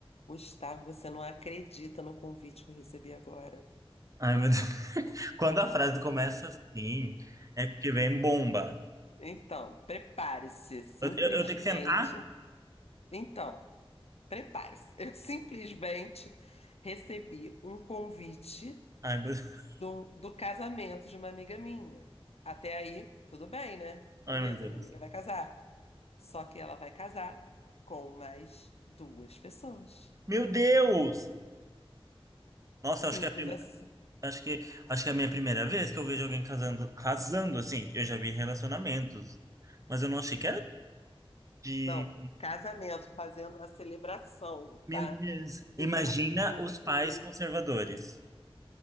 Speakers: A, on the left; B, on the right.
A: Gustavo, você não acredita no convite que eu recebi agora.
B: Ai, meu Deus. <laughs> Quando a frase começa assim, é porque vem bomba.
A: Então, prepare-se, simplesmente.
B: Eu, eu, eu tenho que sentar?
A: Então, prepare-se. Eu simplesmente recebi um convite
B: Ai, meu Deus. <laughs>
A: do, do casamento de uma amiga minha. Até aí, tudo bem, né?
B: Ai,
A: Beleza,
B: meu Deus.
A: minha amiga vai casar. Só que ela vai casar com mais duas pessoas.
B: Meu Deus! Nossa,
A: Simples
B: acho que é a prime-
A: assim.
B: acho que, acho que é a minha primeira vez que eu vejo alguém casando, casando assim. Eu já vi relacionamentos, mas eu não achei que era de.
A: Não, casamento, fazendo a celebração,
B: Meu
A: tá?
B: Deus. Imagina
A: Com papo
B: os
A: de tudo.
B: pais conservadores.